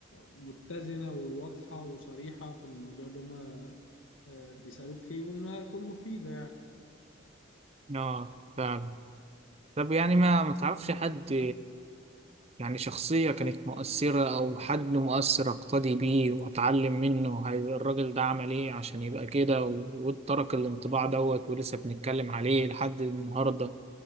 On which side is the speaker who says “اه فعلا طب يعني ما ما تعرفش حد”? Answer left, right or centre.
Right